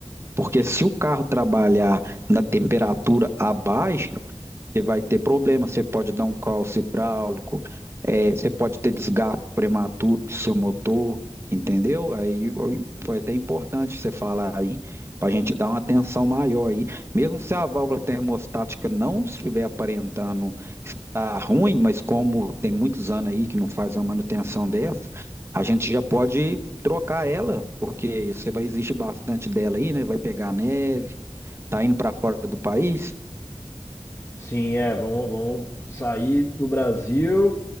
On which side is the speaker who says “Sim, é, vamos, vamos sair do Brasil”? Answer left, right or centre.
Left